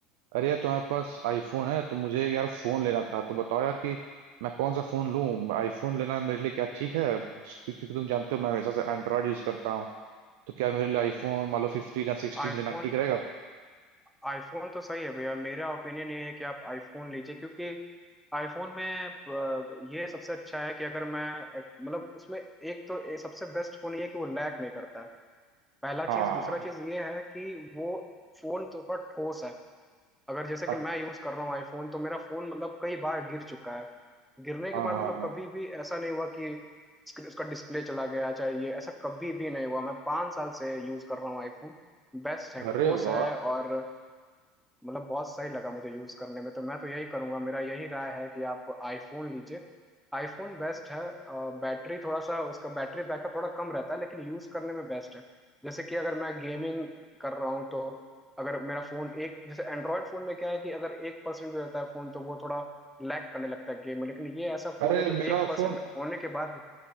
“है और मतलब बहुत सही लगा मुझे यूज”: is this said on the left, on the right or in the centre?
Centre